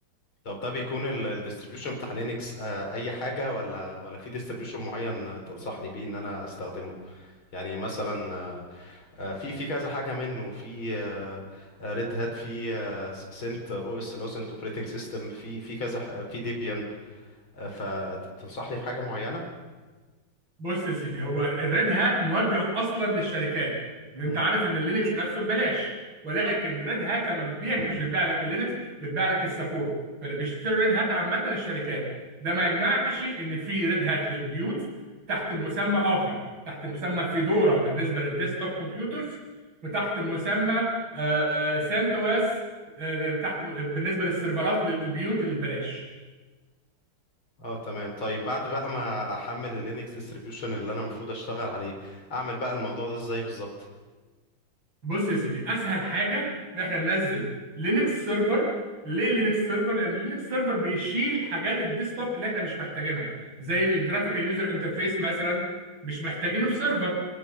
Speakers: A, on the left (about 85°); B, on the right (about 75°).
A: طب ده بيكون الديستريبيوشن بتاع لينكس أي حاجة ولا ولا في ديستريبيوشن معين تنصحني بيه إن أنا أستخدمه؟ يعني مثلا آه، في في كذا حاجه منه في ريد هات في سنت او اس اللي هو سنت اوبريتنج سيستم في في كذا ح- في ديبيان فتنصحني في حاجه معينه
B: بص يا سيدي هو الريد هات موجه اصلا للشركات لان
A: مم.
B: انت عارف ان اللينكس نفسه ببلاش ولكن ريد هات لما بتبيع مش بتبيع لك اللينكس بتبيع لك السبورت فاللي بيشتري ريد هات عامه الشركات ده ما يمنعش ان في ريد هات للبيوت تحت مسمى اخر تحت مسمى فيدورا بالنسبه للديسكتوب كمبيوترز وتحت مسمى آه، آه، سانت او اس تحت بالنسبه للسيرفرات للبيوت اللي ببلاش
A: اه تمام طيب بعد بقى ما احمل اللينكس ديستريبيوشن اللي انا المفروض اشتغل عليه اعمل بقى الموضوع ده ازاي بالظبط
B: بص يا سيدي اسهل حاجه ان احنا ننزل لينكس سيرفر ليه لينكس سيرفر لان لينكس سيرفر بيشيل حاجات الديسktop اللي احنا مش محتاجينها زي الجرافيكال يوزر انترفيس مثلا مش محتاجينه في سيرفر